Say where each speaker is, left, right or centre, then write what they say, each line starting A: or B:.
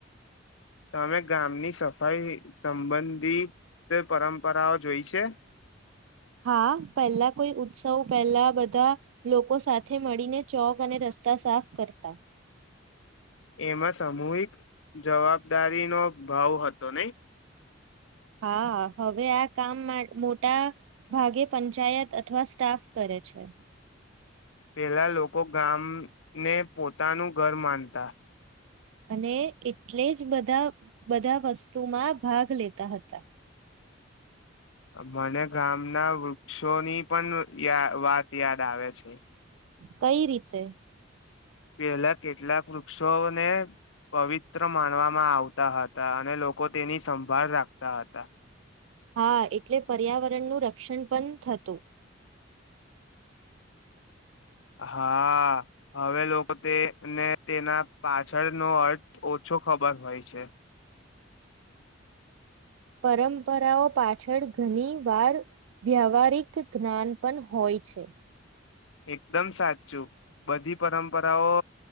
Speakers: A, on the left (about 70°); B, on the right (about 75°).
A: તમે ગામની સફાઈ સંબંધિત પરંપરાઓ જોઈ છે
B: હા પહેલા કોઈ ઉત્સવ પહેલા બધા લોકો સાથે મળીને ચોક અને રસ્તા સાફ કરતા
A: એમાં સામૂહિક જવાબદારી નો ભાવ હતો નઈ
B: હા હવે આ કામ મોટા ભાગે પંચાયત અથવા સ્ટાફ કરે છે
A: પહેલા લોકો ગામને પોતાનું ઘર માનતા
B: અને એટલે જ બધા બધા વસ્તુમાં ભાગ લેતા હતા
A: મને ગામના વૃક્ષોની પણ વાત યાદ આવે છે
B: કઈ રીતે
A: પહેલા કેટલાક વૃક્ષોને પવિત્ર માનવામાં આવતા હતા અને લોકો તેની સંભાળ રાખતા હતા
B: હા એટલે પર્યાવરણ નું ર ઓશન પણ થતું
A: હા હવે લોકો તેને તેના પાછળનોો અર્થ ઓછો ખબર હોય છે
B: પરંપરાઓ પાછળ ઘણી વાર વ્યાવહારિક જ્ઞાન પણ હોય છે
A: એકદમ સાચું બધી પરંપરાઓ